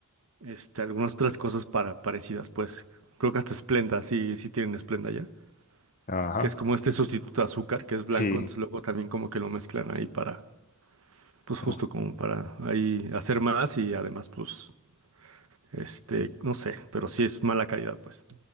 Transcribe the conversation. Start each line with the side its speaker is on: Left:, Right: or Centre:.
Right: este, algunas otras cosas para, parecidas, pues creo que hasta Splenda, sí, sí tienen Splenda ya,
Left: ajá.
Right: que es como este sustituto de azúcar, que es
Left: Sí.
Right: blanco, entonces luego también como que lo mezclan ahí para, pues justo
Left: uh,
Right: como para ahí hacer más y además, pues, este, no sé, pero sí es mala calidad, pues.